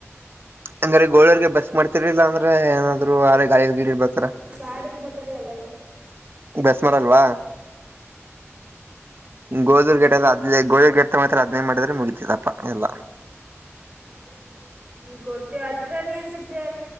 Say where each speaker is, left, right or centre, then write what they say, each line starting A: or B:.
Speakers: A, on the right; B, on the right.
A: ಹಂಗ್ರ ಗೋರ್ಗೆ ಬಸ್ ಮಾಡ್ತಿರ್ಲಿಲ್ಲ ಅಂದ್ರೆ ಏನಾದ್ರು ಆರ ಗಾಳಿಯಲ್ ಗಿಡ ಇಡ್ ಬರ್ತಾರ
B: ಗಾಡೀಲಿ ಬರ್ತಾರೆ ಎಲ್ಲವೇ
A: ಬಸ್ ಮಾಡಲ್ವಾ ಗೋಧೂರ್ ಗೇಟ್ ಎಲ್ಲ ಅದ್ ಗೋಧೂರ್ ಗೇಟ್ ತಗೊತ ಅದ್ನೇ ಮಾಡಿದ್ರೆ ಮುಗಿತಿದಪ್ಪ ಎಲ್ಲ
B: ಅದೇ ಜ ಗೊತ್ತೇ ಹತ್ರನೇ ಅನ್ಸುತ್ತೆ